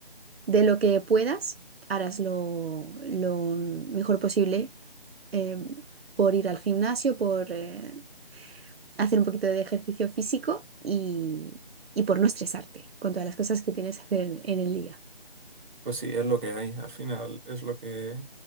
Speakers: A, on the right; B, on the right.
A: de lo que puedas, harás lo, lo mejor posible eh, por ir al gimnasio, por eh, hacer un poquito de ejercicio físico y, y por no estresarte con todas las cosas que tienes que hacer en en el día.
B: Pues sí, es lo que hay, al final es lo que